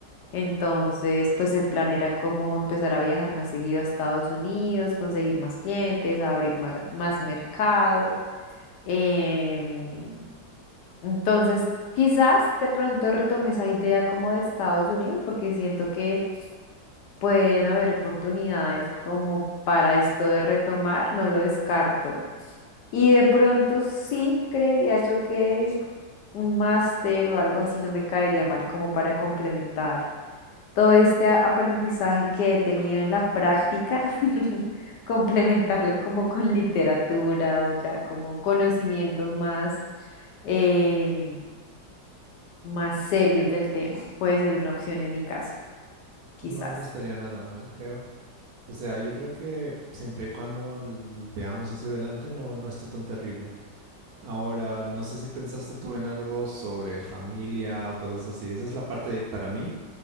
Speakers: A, on the left; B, on the right.
A: Entonces, pues el plan era como empezar a viajar más seguido a Estados Unidos, conseguir más clientes, abrir mar- más mercado. Em, entonces, quizás de pronto retome esa idea como de Estados Unidos, porque siento que pueden haber oportunidades como para esto de retomar, no lo descarto. Y de pronto sí creería yo que un máster o algo así no me caería mal como para complementar todo este a- aprendizaje que he tenido en la práctica, <laughs> complementarlo como con literatura o ya como conocimientos más, em, más serios del tema. Puede ser una opción en mi caso, quizás.
B: No, no estaría nada mal, creo. O sea, yo creo que siempre y cuando l- veamos hacia adelante, no, no está tan terrible. Ahora, no sé si pensaste tú en algo sobre familia o cosas así. Esa es la parte para mí,